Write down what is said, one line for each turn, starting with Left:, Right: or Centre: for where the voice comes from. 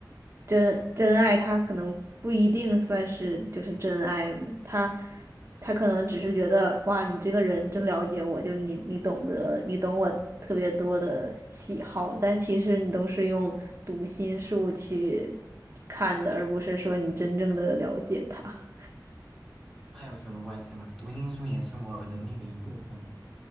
Right: 真真爱？他可能不一定算是就是真爱吗，他他可能只是觉得哇，你这个人真了解我，就是你你懂得你懂我特别多的喜好，但其实你都是用读心术去看的，而不是说你真正的了解他。
Centre: 那有什么关系嘛？读心术也是我能力的一部分嘛。